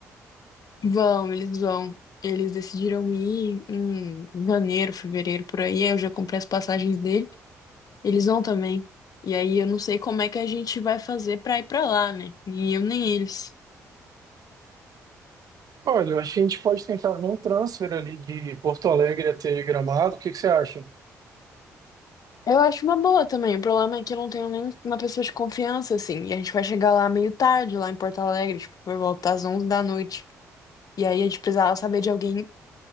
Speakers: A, on the left; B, on the right.
A: Vão, eles vão. Eles decidiram ir em janeiro, fevereiro, por aí. Aí Eu já comprei as passagens dele. Eles vão também. E aí eu não sei como é que a gente vai fazer pra ir pra lá, né? Nem eu, nem eles.
B: Olha, eu acho que a gente pode tentar ver um transfer ali de Porto Alegre até Gramado. O que que você acha?
A: Eu acho uma boa também. O problema é que eu não tenho nem uma pessoa de confiança, assim. E a gente vai chegar lá meio tarde, lá em Porto Alegre, tipo, por volta das 11 da noite. E aí a gente precisava saber de alguém